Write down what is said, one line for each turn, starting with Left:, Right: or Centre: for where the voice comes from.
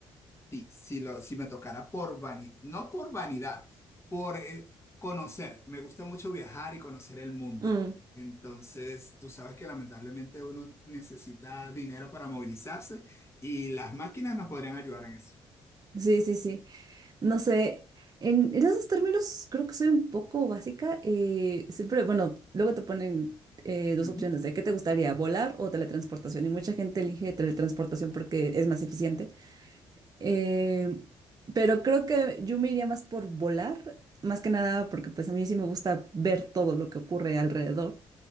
Left: Sí, si, lo, si me tocara por vanidad, no por vanidad, por eh, conocer. Me gusta mucho viajar y conocer el mundo.
Right: Mm,
Left: Entonces, tú sabes que lamentablemente uno necesita dinero para movilizarse y las máquinas nos podrían ayudar en eso.
Right: sí, sí, sí. No sé, en, en esos términos creo que soy un poco básica. eh, siempre, bueno, luego te ponen eh, dos
Left: Ujú.
Right: opciones de qué te gustaría, volar o teletransportación. Y mucha gente elige teletransportación porque es más eficiente. Eh, pero creo que yo me iría más por volar, más que nada porque pues a mí sí me gusta ver todo lo que ocurre alrededor